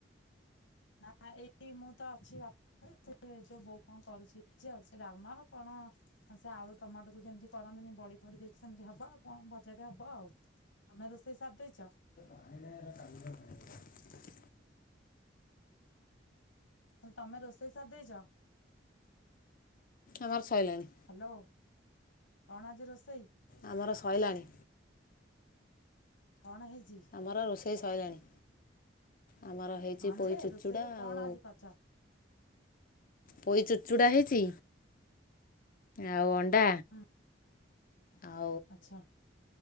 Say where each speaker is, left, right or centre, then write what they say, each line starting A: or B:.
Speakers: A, on the left; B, on the left.
A: ନା ଏଇ ମୁଁ ତ ଅଛି ବାପା ସେ ଯୋଉ ବୋଉ କଣ କରୁଛି ଆଉ ସେ ଡାଲମା ଆଉ କଣ ସେ ଆଉୁ ତମାଟୋକୁ ଯେମିତି କରନ୍ତିନି ବଡି ଫଡି ଦେଇକି ସେମିତି ହବ ଆଉ କଣ ଭଜାଟେ ହବ ଆଉ ତମେ କଣ ରୋଷେଇ ସାରି ଦେଇଛ।
B: ଆଇ କଲ <inaudible>
A: ହେଲେ ତମେ ରୋଷେଇ ସାରି ଦେଇଛ।
B: ଆମର ସଇଲାଣି
A: ହ୍ୟାଲୋ କଣ ଆଜି ରୋଷେଇ?
B: ଆମର ସଇଲାଣି।
A: କଣ ହେଇଛି
B: ଆମର ରୋଷେଇ ସଇଲାଣି। ଆମର ହେଇଛି
A: ହଁ
B: ପୋଇ
A: ଯେ
B: ଚୁଡ଼ଚୁଡ଼ା
A: ରୋଷେଇରେ କଣ
B: ଆଉ
A: ଆଜି କରିଚ?
B: ପୋଇ ଚୁଚୁଡା ହେଇଛି ଆଉ ଅଣ୍ଡା
A: ହୁଁ
B: ଆଉ
A: ଆଚ୍ଛା।